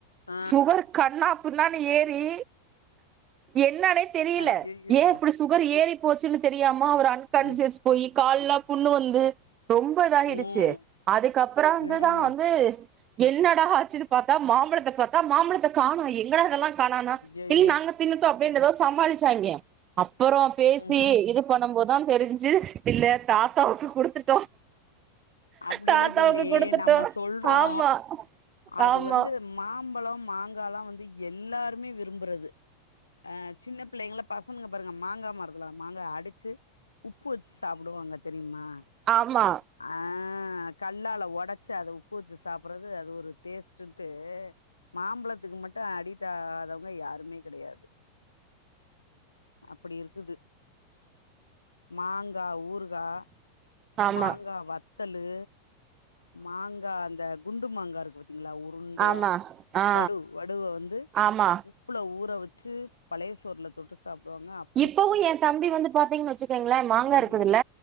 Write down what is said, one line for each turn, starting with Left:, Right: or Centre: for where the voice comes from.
Left: ஆ
Right: சுகர் கண்ணாப்பின்னானு ஏறி என்னனே தெரில
Left: அய்யய்யோ
Right: ஏ இப்டி சு சுகரு ஏறி போச்சுன்னு தெரியாம அவரு அன்கான்சியஸ்
Left: ம்
Right: போய் கால்லா புண்ணு வந் து ரொம்ப இதாயிடுச்சு
Left: ம்
Right: அதுக்கப்புரோ வந்துதா
Left: ம்
Right: வந்து என்னடா ஆச்சுனு பாத்தா மாம்பழத்த பாத்தா மாம்பழத்த காநோ எங்கடா இதெல்லா கானோனா
Left: அய்யய்யோ
Right: நீ நானு தின்னுடோ அப்டி எதோ சமாளிச்சாங்க அப்பரோ பேசி
Left: ம்
Right: இது பண்ணும் போதா தெரிஞ்சு இல்ல தாத்தாவுக்கு குடுத்துட்டோ
Left: அப்டில்ல
Right: தாத்தாவுக்கு
Left: தோழி
Right: குடுத்துட்டோ
Left: நம்ம சொல்றோ
Right: ஆமா
Left: அது
Right: ஆமா
Left: வந்து மாம்பலோ மாங்காலா வந்து எல்லாருமே விரும்புறது ஆ சின்ன பிள்ளைங்கள்ள பசனுங்க பாருங்க மாங்கா மரத்தில்ல மாங்கா அடிச்சு உப்பு வெச்சு சாப்டுவாங்க தெரியுமா
Right: ஆமா
Left: ஆ கல்லால ஓடச் சி அதஉப்பு வெச்சு சாப்பறது அது ஒரு டேஸ்டுன்டூ மாம்பழத்துக்கு மட்டு அடிட் ஆகாதவங்க யாருமே கெடையாது அப்படி இருக்குது மாங்கா ஊரு கா
Right: ஆமா
Left: மாங்க வத் தலு மாங்கா அந்த குண்டு மாங்கா இருக்கு பாத்தீங்ளா உ ருண்டையா
Right: ஆமா ஆ
Left: வடு வடுவ வந்து
Right: ஆமா
Left: உப் புல ஊற வெச்சு பழைய சோர்ல தொட்டு சாப்டுவாங்க அப்
Right: இப்பவு என் தம்பி வந்து பாத்தீங்கன் வச்சுக்கோங்களே மாங்கா
Left: ம்
Right: இருக்குதுல்ல